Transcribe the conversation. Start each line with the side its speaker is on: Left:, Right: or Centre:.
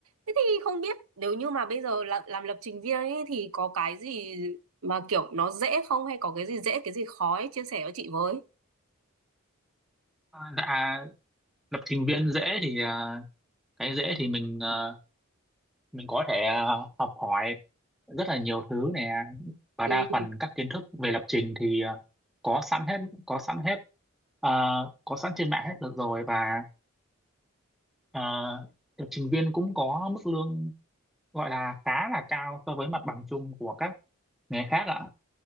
Right: Thế thì không biết nếu như mà bây giờ làm, làm lập trình viên ấy thì có cái gì mà kiểu nó dễ không hay có cái gì dễ cái gì khó ấy chia sẻ cho chị với.
Centre: Ờ, Dạ lập trình viên dễ thì ờ, cái dễ thì mình ờ, mình có thể ờ, học hỏi rất là nhiều thứ nè và
Right: Ừ.
Centre: đa phần các kiến thức về lập trình thì ờ, có sẵn hết có sẵn hết ờ, có sẵn trên mạng hết được rồi và ờ, lập trình viên cũng có mức lương gọi là khá là cao so với mặt bằng chung của các nghề khác ạ